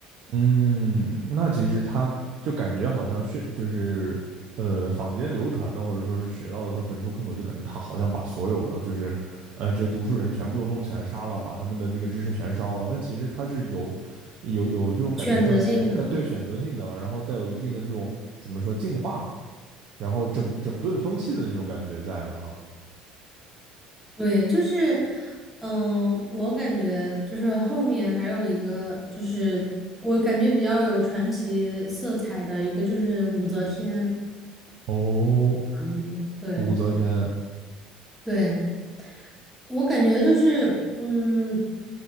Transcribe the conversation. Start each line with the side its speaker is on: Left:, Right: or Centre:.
Right: 嗯，那其实他就感觉好像学就是呃坊间流传的或者说是学到的说焚书坑儒，就感觉他好像把所有的就是呃这些读书人全部都弄起来杀了，把他们的这个知识全烧了。但其实他是有有有这种感觉，
Centre: 选择性的。
Right: 像是呃对选择性的，然后带有一定的这种怎么说净化，然后整整顿风气的那种感觉在的哈。
Centre: 对，就是，嗯、我感觉就是后面还有一个，就是我感觉比较有传奇色彩的一个，就是武则天
Right: 哦，
Centre: 皇帝。对
Right: 武则天，
Centre: 对，我感觉就是，嗯，